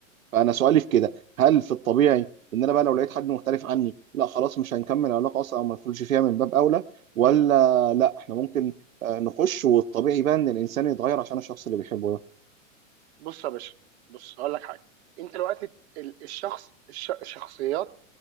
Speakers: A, on the right; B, on the right.
A: فانا سؤالي في كده هل في الطبيعي ان انا بقى لو لقيت حد مختلف عني لا خلاص مش هنكمل علاقه اصلا او ما ندخلش فيها من باب اولى ولا لا احنا ممكن آه، نخش والطبيعي بقى ان الانسان يتغير عشان الشخص اللي بيحبه ده
B: بص يا باشا بص هقول لك حاجه انت دلوقتي ال- الشخص الش- الشخصيات